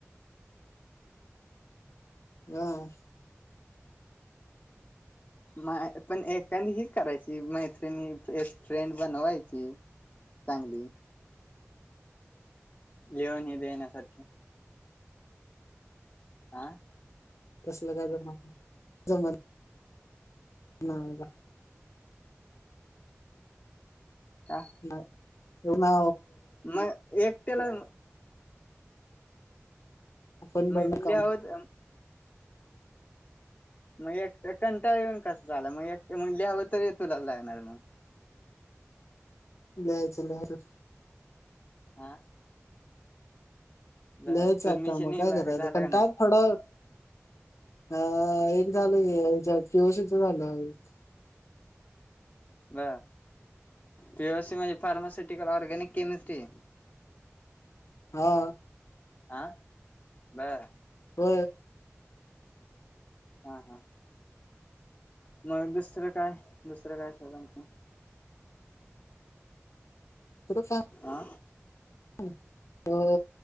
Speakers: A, on the left; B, on the left.
A: हम
B: म पण एखादी ही करायची मैत्रिणी एक फ्रेंड बनवायची चांगली लिऊन ह देण्यासारखे आह
A: कसलं का जमा जमत ह का
B: का
A: ह ना
B: मग एकट्याला
A: आपण भरलं
B: म्हटल्यावर
A: काम
B: मग एकट कंटाळ येऊन कसं झालं मग एकट मग लाहाव तरी तुला लागणार मग
A: लिहायचं नातं आलं
B: हा बर
A: लिहायचा
B: सबमिशन
A: आता मग
B: ही
A: काय
B: झालं
A: करायचं
B: का
A: टाईप
B: नाही
A: थोडं ह एक झालंवसच झा ना <unintelligible>
B: ब पीओ सी म्हणजे फार्मास्युटिकल ऑर्गॅनिक केमिस्ट्री
A: हा
B: आह बर
A: हो
B: हा हा मग दुसरं काय दुसरं काय सधण
A: त
B: हा
A: अ